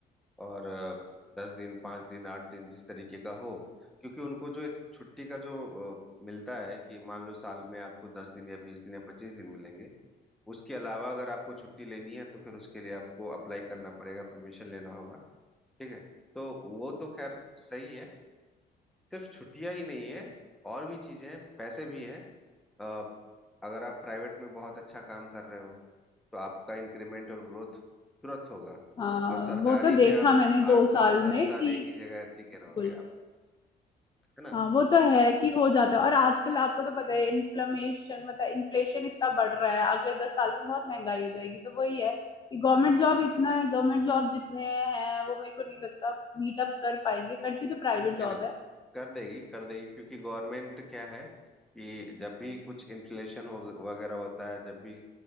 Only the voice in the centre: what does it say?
और अ, दस दिन पाँच दिन आठ दिन जिस तरीके का हो क्योंकि उनको जो एक छुट्टी का जो अ, मिलता है कि मान लो साल में आपको दस दिन या बीस दिन या पच्चीस दिन मिलेंगे उसके अलावा अगर आपको छुट्टी लेनी है तो फिर उसके लिए आपको अप्लाई करना पड़ेगा परमिशन लेना होगा ठीक है तो वो तो खैर सही है सिर्फ छुट्टियां ही नहीं है और भी चीजें हैं पैसे भी हैं अ, अगर आप प्राइवेट में बहुत अच्छा काम कर रहे हो तो आपका इंक्रीमेंट और ग्रोथ तुरंत होगा
और सरकारी
में आप
आठ साल
दस
साल
एक ही जगह टिके
रहोगे आप है ना
है नहीं
कर देगी कर देगी क्योंकि गवर्नमेंट क्या है कि जब भी कुछ इन्फ्लेशन हो वगैरह होता है जब भी